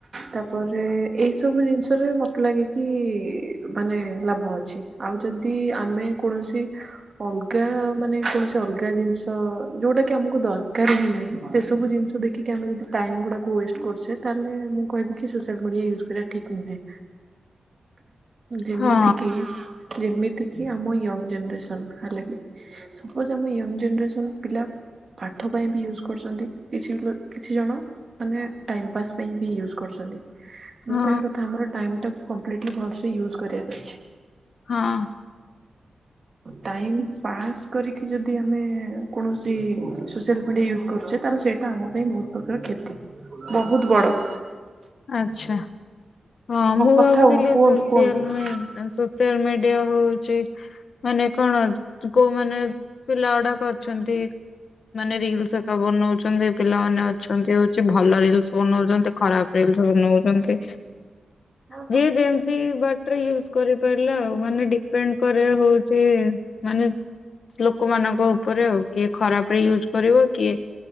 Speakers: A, on the right; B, on the left.
A: ତାପରେ ଏ। ସବୁ ଜିନିଷରେ ମତେ ଲାଗେ କିିଇ-ଇ-ଇ ମାନେ ଲାଭ ଅଛି ଆଉ ଯଦି ଆମେ କୌଣ ସି ଅଲଗା ମାନେ କୌଣସି। କିଛି ଅଲଗା ଜିନିଷ ଯୋଉଟାକି ଆମକୁ ଦରକାର ହିଁ ନାହିଁ ସେ ସବୁ ଜିନିଷ ଦେଖିକି ଆମେ ଯଦି ଟାଇମଗୁଡାକୁ ୱେଷ୍ଟ୍ କରୁଛେ ତାହେଲେ ମୁଁ କହିବିକି ସୋସିଆଲ ମିଡିଆ ୟୂଜ୍ ସେରା ଠିକ ନୁହେଁ, ଯେମିତି
B: ହଁ
A: କି ଯେମିତ୍ ତିକି ଆମ ୟଙ୍ଗ୍ ଜେନେରେସନ୍ ହେଲାକି ସପୋଜ୍ ଆମ ୟଙ୍ଗ୍ ଜେନେରେସନ୍ ପିଲା ପାଠ ପାଇଁ ବି ୟୁଜ୍ କରୁଛନ୍ତି କିଛି ଲୋ କିଛି ଜଣ ମାନେ ଟାଇମ୍ ପାସ୍ ପାଇଁ ବି ୟୁଜ୍ କରୁଛନ୍ତି,
B: ହଁ
A: ମୁଁ କହିବା କଥା ଆମର ଟାଇମଟା କମ୍ପ୍ଲିଟଲି ଭଲସେ ୟୁଜ୍ କରିବାର ଅଛି।
B: ହଁ।
A: ଟାଇମ୍ ପାସ୍‌ କରିକି ଯଦି ଆମେ କୌଣସି ସୋସିଆଲ୍ ମିଡ଼ିଆ ୟୁଜ୍ କରୁଛେ ତାହେଲେ ସେଇଟା ଆମ ପାଇଁ ବହୁତ ପ୍ରକାର କ୍ଷ ତି ବହୁତ ବଡ଼।
B: ଆଚ୍ଛା। ହଁ ମୁଁ
A: କଥା
B: ଭାବୁଥିଲି
A: କୁହନ୍ତୁ
B: ସୋସିଆଲ
A: କୁହନ୍ତୁ
B: ମି ସୋସିଆଲ ମିଡିଆ ହଉଛି ମାନେ କଣ କୋଉମାନେ ପିଲା ଗୁଡାକ ଅଛନ୍ତି ମାନେ ରିଲସ୍ ଏକା ବନଉଛନ୍ତି ପିଲାମାନେ ଅଛନ୍ତି ହଉଛି ଭଲ ରିଲସ୍ ବନଉଛନ୍ତି ଖରାପ୍ ରିଲସ୍ ବନଉଛନ୍ତି।
A: ହଁ।
B: ଯିଏ ଯେମତି ବାଟରେ ୟୁଜ୍ କରିପାରିଲା ଆଉ ମାନେ ଡିପେଣ୍ଡ୍ କରେ ହଉଛି ମାନେ ଲୋକମାନଙ୍କ ଉପରେ ଆଉ କିଏ ଖରାପରେ ୟୁଜ୍ କରିବ କିଏ